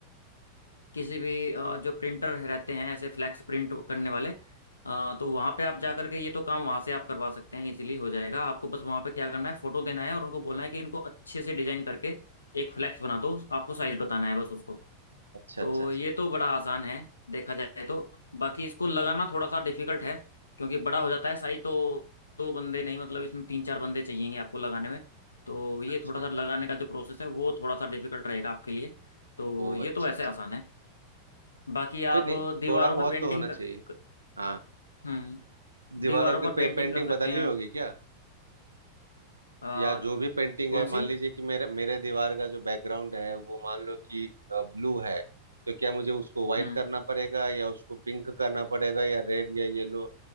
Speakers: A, on the left; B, on the right.
A: किसी भी अ, जो प्रिंटर रहते हैं ऐसे फ्लैक्स प्रिंट करने वाले अ, तो वहाँ पे आप जा करके ये तो काम वहाँ से आप करवा सकते हैं इजीली हो जाएगा आपको बस वहाँ पे क्या करना है फोटो देना है और उनको बोलना है कि इनको अच्छे से डिजाइन करके एक फ्लैक्स बना दो आपको साइज बताना है बस उसको
B: अच्छा
A: तो
B: अच्छा
A: ये तो बड़ा आसान है देखा जाए तो बाकी इसको लगाना थोड़ा सा डिफिकल्ट है क्योंकि बड़ा हो जाता है साइज तो दो बंदे नहीं मतलब इसमें तीन चार बंदे चाहिएंगे आपको लगाने में तो ये
B: अच्छा
A: थोड़ा
B: अच्छा
A: सा लगाने का जो प्रोसेस है वो थोड़ा सा डिफिकल्ट रहेगा आपके लिए तो
B: ओ
A: ये
B: अच्छा
A: तो वैसे
B: अच्छा
A: आसान है बाकी
B: कोई
A: आप
B: नहीं
A: दीवारों
B: थोड़ा बहुत
A: पे पेंटिंग
B: तो होना
A: कर
B: चाहिए
A: क-
B: हाँ
A: हम्म
B: दीवारों
A: दीवारों पर
B: की
A: पेंटिंग
B: पे, पेंटिंग
A: कर सकते
B: बदलनी
A: हैं आप
B: होगी क्या
A: अ,
B: या जो भी पेंटिंग
A: कौन
B: है मान
A: सी
B: लीजिए कि मेरे मेरे दीवार का जो बैकग्राउंड है वो मान लो कि ब्लू है तो क्या मुझे उसको व्हाइट
A: हम्म
B: करना पड़ेगा या उसको पिंक करना पड़ेगा या रेड या येलो